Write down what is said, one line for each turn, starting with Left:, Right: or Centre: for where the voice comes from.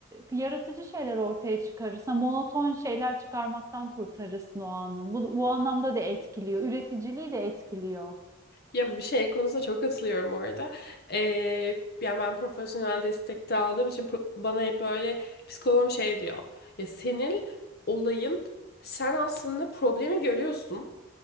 Right: yaratıcı şeyler ortaya çıkarırsa monoton şeyler çıkarmaktan kurtarırsın o anın. Bu, bu anlamda da etkiliyor. Üreticiliği de etkiliyor.
Left: Ya bu şey konusunda çok katılıyorum orada. Ee, yani ben profesyonel destek de aldığım için pro- bana hep böyle psikologum şey diyor. Ya senin olayın sen aslında problemi görüyorsun.